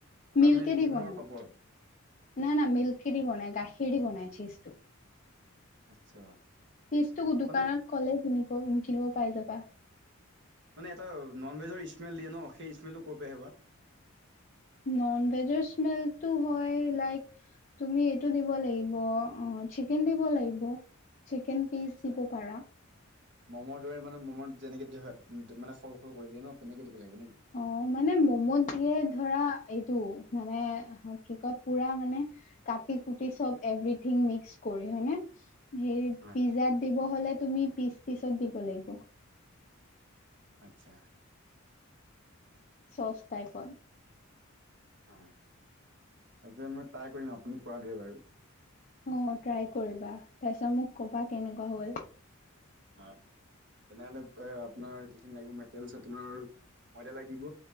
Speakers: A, on the left; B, on the right.
A: মিল্কেদি
B: তাৰমানে ডিমৰ
A: বনাই।
B: পাপৰ
A: না না মিল্কিদি বনাই গাখীৰ বনাই চিজটো
B: আচ্ছা
A: পিছটো দোকানত
B: মানে
A: ক'লেই কিনিব কিনিব পাই যাবা
B: মানে এটা নন ভেজৰ স্মেল দিয়ে ন সেই স্মেলটো কৰ পৰা আহে বা
A: নন ভেজৰ স্মেলটো হয় লাইক তুমি এইটো দিব লাগিব অ চিকেন দিব লাগিব চিকেন পিচ
B: আচ্ছা
A: দিব পাৰা
B: ম'মৰ দৰে মানে মমৰ যেনেকে দিয়া হয় মানে সৰু সৰু কৰি দিয়ে ন তেনেকে লাগিব নেকি?
A: অ মানে মমোত দিয়ে ধৰা টো মানে কি কয় পুৰা মানে কাটি কুটি চব এভৰিথিং মিক্স কৰি হয় নে হেৰিত
B: হয়
A: পিজাত দিব হলে তুমি পিচ পিচত দিব লাগিব
B: আত্ছা
A: চচ টাইপত
B: হয় আজিয়ে মই ট্ৰাই কৰিম আপুনি কোৱা দৰে বাৰু
A: অ ট্ৰাই কৰিবা তাৰপিছত মোক কবা কেনেকুৱা হ'ল
B: হয় তেনেহ'লে এ আপোনাৰ যিখিনি লাগিব মেটেলছ আপোনাৰ ময়দা লাগিব